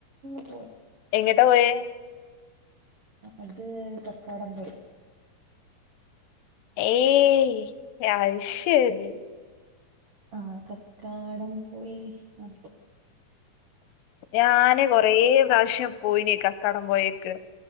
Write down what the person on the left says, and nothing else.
എങ്ങിട്ടാ പോയേ.
ഏയ് അത്ശരി.
ഞാന് കൊറെ പ്രാശ്യം പോയിന് കക്കാടം പോയെൽ